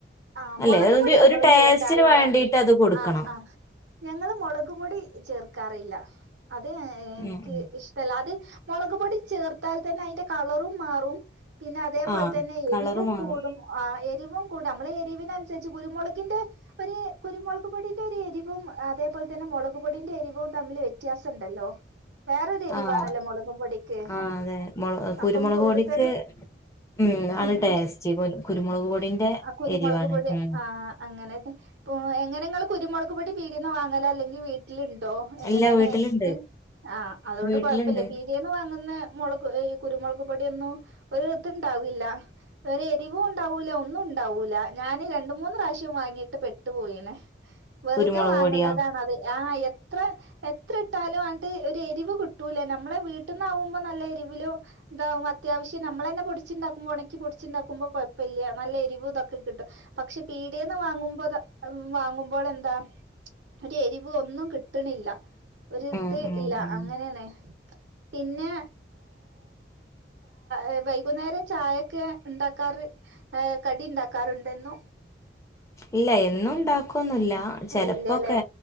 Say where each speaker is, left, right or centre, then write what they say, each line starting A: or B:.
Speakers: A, on the right (about 80°); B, on the left (about 15°).
A: ആ
B: അല്ലെ
A: മുളക്
B: അതൊരു
A: പൊടി ഞങ്ങളും
B: ഒരു ടേസ്റ്റിന്
A: ചേർക്കാറില്ല
B: വേണ്ടിട്ട് അത് കൊടുക്കണം
A: ആ ആ ഞങ്ങള് മുളക് പൊടി ചേർക്കാറില്ല അതെ എനിക്ക്
B: ഉം ഉം
A: ഇഷ്ടല്ല അത് മുളക് പൊടി ചേർത്താൽ തന്നെ അതിന്റെ കളറും മാറും പിന്നെ അതേപോലെ
B: ആഹ്
A: തന്നെ
B: കളറ്
A: എരിവും
B: മാറും
A: കൂടും ആ <unintelligible> <unintelligible> കൂടെ നമ്മളെ എരിവിനനുസരിച്ച് കുരുമുളകിന്റെ ഒരു കുരുമുളക് പൊടിന്റെ ഒരു എരിവും അതേപോലെ തന്നെ മുളക്പൊടിന്റെ എരിവും തമ്മില് വ്യത്യാസം ഉണ്ടല്ലോ വേറൊരു എരിവാണല്ലോ
B: ആഹആ
A: മുളകും പൊടിക്ക്
B: അതെ മുള കുരുമുളക്
A: അപ്പം കൂടുതലും
B: പൊടിക്ക് ഉ ആണ്
A: ഉം
B: ടേസ്റ്റ് <unintelligible> പൊടിന്റെ
A: കുരുമുളക്
B: എരിവാണ്
A: പൊടി
B: ഉം
A: ആ അങ്ങനെ എങ്ങനെ നിങ്ങൾ കുരുമുക് പൊടി വാങ്ങല് <unintelligible> അല്ലെങ്കിൽ വീട്ട <unintelligible> <unintelligible> ൺ ണ്ടോഎങ്ങനെയാണ്
B: എല്ലാ വീട്ടിലുണ്ട്
A: ആ ആ അതുകൊണ്ട്
B: വീട്ടിലുണ്ട്
A: കുഴപ്പില്ല പീടികേന്ന് <unintelligible> ഞങൾ അന്ന് മുളക് കുരുമുളക് പൊടിഒന്നും ഒരിടതുമുണ്ടാവില്ല. വെറെ എരിവും <unintelligible> ഉണ്ടാവൂല ഒന്നും ഉണ്ടാവൂല ഞാൻ രണ്ട മൂന്ന് പ്രാവശ്യം വാങ്ങിട്ട് പെട്ടു പോയിണെ വെറുതെ
B: കുരുമുളക്
A: വാങ്ങുന്നതാണ്അത്
B: പൊടിയാ
A: ആ എത്ര എത്ര ഇട്ടാലും ആൻറ്റിഒരു എരിവ് കിട്ടൂലേ നമ്മളെ വീട്ടിൽ നിന്നാവുമ്പോൾ നല്ല എരിവിലും ഇതാവും അത്യാവശ്യം നമ്മള തന്നെ പൊടിച്ചുണ്ടാക്കുമ്പോൾ ഉണക്കി പൊടിച്ചുണ്ടാക്കുമ്പോ <unintelligible> നല്ല എരിവ് ഇതൊക്കെ കിട്ടും പക്ഷെ പീടികേന്ന് വാങ്ങുമ്പോ വാങ്ങുമ്പോൾ എന്താ ഒരു എരിവ് ഒന്നും കിട്ടണില്ല ഒരുഇത്ഇല്ല
B: ഉം ഉം ഉം
A: അങ്ങനെയാണേ പിന്നെ ഏ വൈകുന്നേരം ചായൊക്കെ ഉണ്ടാക്കാറ് ഏ കടി ഉണ്ടാക്കാറുണ്ടെന്നോ
B: ഇല്ല എന്നും ഉണ്ടാക്കൊന്നില്ല ചിലപ്പോക്കെ
A: ഇല്ലല്ലേ